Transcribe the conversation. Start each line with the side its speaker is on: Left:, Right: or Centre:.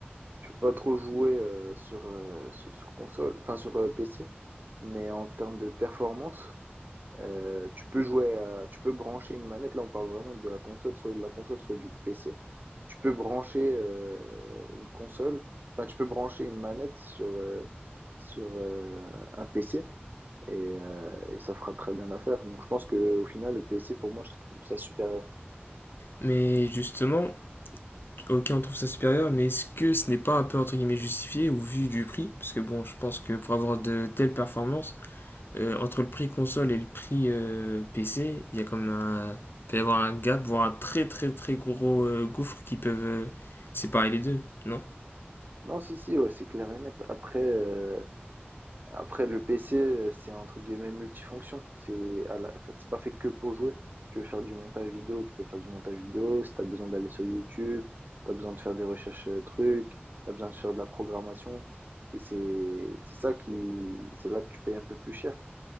Right: Je peux pas trop jouer euh, sur, euh, sur sur console, enfin sur euh, PC, mais en termes de performance, euh, tu peux jouer, à- tu peux brancher une manette. Là, on parle vraiment de la console, soit de la console, soit du PC. Tu peux brancher euh, une console, enfin tu peux brancher une manette sur euh, sur euh, un PC et, euh, et ça fera très bien l'affaire. Donc je pense que au final, le PC pour moi, je trouve ça supérieur.
Left: Mais justement, ok, on trouve ça supérieur, mais est-ce que ce n'est pas un peu entre guillemets justifié au vu du prix Parce que bon, je pense que pour avoir de telles performances, euh, entre le prix console et le prix euh, PC, il y a quand même un. Il peut y avoir un gap, voire un très très très gros euh, gouffre qui peuvent euh, séparer les deux, non
Right: Non, si si, ouais, c'est clair et net. Après. euh, Après, le PC, euh, c'est entre guillemets multifonction. C'est à la- enfin, c'est pas fait que pour jouer. Tu veux faire du montage vidéo, tu peux faire du montage vidéo. Si tu as besoin d'aller sur YouTube, tu as besoin de faire des recherches euh, trucs, tu as besoin de faire de la programmation. C'est c'est- c'est ça qui, c'est là que tu payes un peu plus cher.